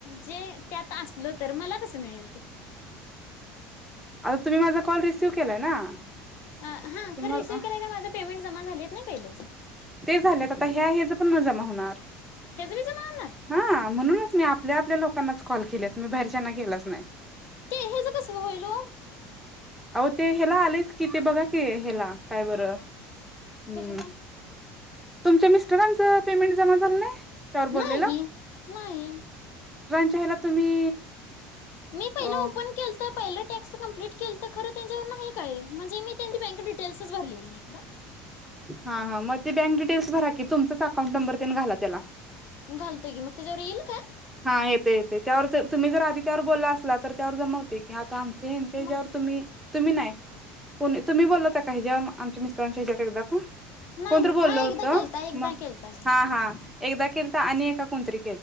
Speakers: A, on the left; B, in the centre.
A: जे त्यात असल तर मला कस मिळल ते.
B: आता तुम्ही माझा कॉल रिसिव्ह केलाय ना?
A: हा
B: तुम्हाला
A: खर रिसिव्ह केलाय का माझे पेमें जमा झाली नाही पहिलेच.
B: ते झालेत आता ह्या ह्याच पण माझ जमा होणार.
A: हेच बी जमा होणार
B: हा म्हणूनच मी आप आप आपल्या लो कॉल के म बाहेरच्या गेलाच नाही.
A: ते हेच कसं होईल ओ
B: अह ते हेला आलेच कि ते बघा की हेला काय बरं. हम्म
A: कस ना
B: तुमच्या मिस्टरांच पेमेंट जमा झालं नाही. त्यावर
A: नाहीे
B: बोललेलं
A: नाही आहे.
B: चला तुम्ही
A: मी पहिलं
B: अ
A: ओपन खेलत पहिलं टॅक्स कंप्लीट केल तर खरं त्यांच्यावर नाही काय म्हणजे मी त्यांची बँक डिटेल्सच भरलेली नाही.
B: हा हा मग ते बँक डिटेल्स भरा कि तुमचाच अकाउंट नंबर त्याने घाला त्याला
A: घालतोय गी मग त्याच्यावर येईल काय.
B: हा येते येते त्यावर तुम्ही जर आधी त्यावर बोलला असला तर त्यावर जमवते की आता आम ज्यावर
A: मग
B: तुम्ही तुम्ही नाही कोणी तुम्ही बोललाता काही जेवर आमच्या टांच हजार एक ब कोणत
A: नाही
B: बोलल
A: हा
B: होत
A: एकदा केलता एकदा
B: म
A: केलता मी
B: हा हा एकदा केल तर आणि एका कोणतरी